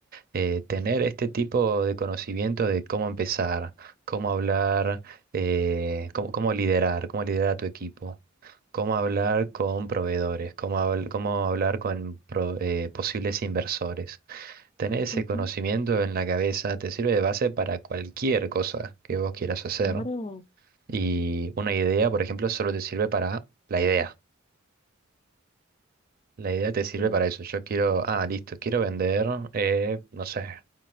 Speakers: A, on the right (about 45°); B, on the left (about 30°).
A: eh, tener este tipo de conocimiento de cómo empezar, cómo hablar, eh, cómo, cómo liderar, cómo liderar a tu equipo cómo hablar con proveedores, cómo, habl- cómo hablar con pro- eh, posibles inversores. Tener ese
B: ujú,
A: conocimiento
B: ujú.
A: en la cabeza te sirve de base para cualquier cosa que vos quieras hacer.
B: Claro,
A: Y una idea, por ejemplo, solo te sirve para la idea. La idea te sirve
B: sí,
A: para eso. Yo quiero, ah, listo, quiero vender, eh, no sé